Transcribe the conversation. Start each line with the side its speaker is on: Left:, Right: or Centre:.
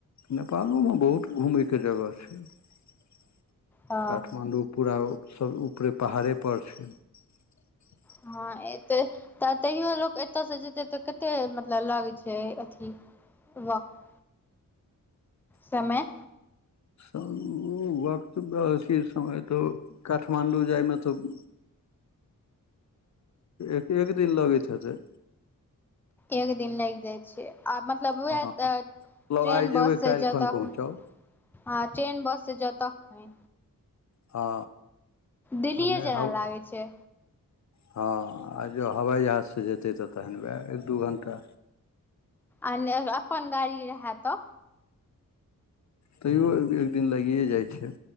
Left: नेपालोमे बहुत घूमय कऽ जगह छै <inaudible>
Centre: अ
Left: काठमाण्डू पूरा ओ सब ऊपरे पहाड़ेपर छै <unintelligible>
Centre: हँ एतय तऽ तयौ लोक एत ओतऽ से जेते तऽ कते मतलब लागै छै अथी वक्त समय
Left: ओ वक्त तऽ अथी समय तऽ काठमाण्डू जायमे तऽ एक एक दिन लगैत हेतै
Centre: एक दिन लागि जाइ छै आ मतलब उएह
Left: हँ
Centre: तऽ ट्रेन
Left: मतलब आइ जेबै
Centre: बस से
Left: काल्हि
Centre: जाउ
Left: खन
Centre: तऽ
Left: पहुँचब
Centre: हँ ट्रेन बस से जाओ तऽ
Left: हँ
Centre: दिल्लीए
Left: आ नहि
Centre: जेना
Left: हब
Centre: लागै छै
Left: हँ आ जँ हवाइ जहाजसँ जेतै तऽ तहन वएह एक दू घण्टा
Centre: आ नै अपन गाड़ी रहे तऽ
Left: तैयो एक दिन लागियए जाइ छै